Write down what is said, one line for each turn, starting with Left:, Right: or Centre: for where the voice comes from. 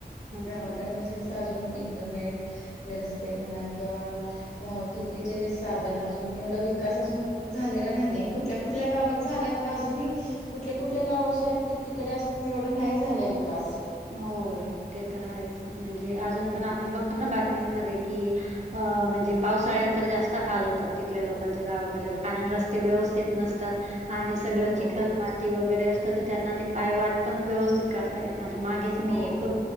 Right: हम्म
Left: गावाकडे
Right: हम्म
Left: म्हणजे कस ते अजून इंटरनेट आणि रस्ते म्हणा किंवा वाहतुकीचे जे साधन अजून एवढा विकास अजून झालेला नाहीये कुठ कुठल्या कुठल्या गावात झाल्या पण अजूनही कुठले कुठले गाव अशे आहेत की तिकडे अजून एवढं नाही झालंय विकास.
Right: हो ते तर आहेच म्हणजे अजून पण आपण बघतो ना बातमीनमध्ये कि अ म्हणजे पावसाळ्यात तर जास्त हाल होतात तिथल्या लोकांच्या गावाकडच्या लोकन रस्त ते व्यवस्थित नसतात आणि सगळं
Left: हो
Right: चिखल माती वगैरे असतंत ते त्यांना ते पायवाट पण व्यवस्थित काढता येत नाही आता मागेच मी
Left: हो
Right: एक